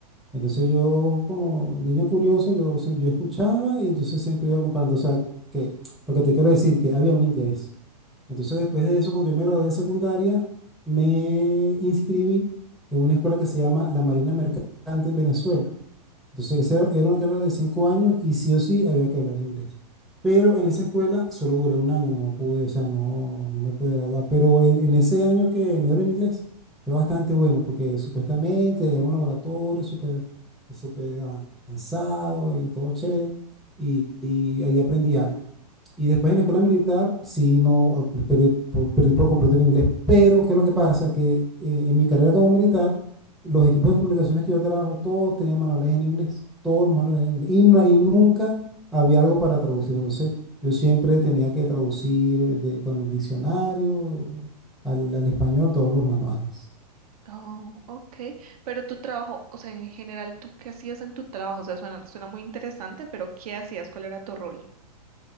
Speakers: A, in the centre; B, on the right.
A: Entonces yo como niño curioso, yo, siem- yo escuchaba y entonces siempre iba comparando. O sea, que lo que te quiero decir, que había un interés. Entonces después de eso, cuando yo me gradué de secundaria, me inscribí en una escuela que se llama La Marina Mercante en Venezuela. Entonces, esa era era una carrera de cinco años y sí o sí había que hablar inglés. Pero en esa escuela solo duré un año, no pude, o sea, no, no me pude graduar. Pero en, en ese año que me dieron inglés fue bastante bueno porque supuestamente era un laboratorio súper súper avanzado y todo chévere. Y, y ahí aprendí algo. Y después en la escuela militar, sí, no, eh, perdí por, perdí por completo el inglés. Pero, ¿qué es lo que pasa? Que eh, en mi carrera como militar, los equipos de comunicaciones que yo trabajo, todos tenían manuales en inglés. Todos los manuales en inglés. Y, no- y nunca había algo para traducir. Entonces, yo siempre tenía que traducir eh, de- con el diccionario al, al español todos los manuales.
B: Oh, ok. Pero tu trabajo, o sea, en general, ¿tú qué hacías en tu trabajo? O sea, suena, suena muy interesante, pero ¿qué hacías? ¿Cuál era tu rol?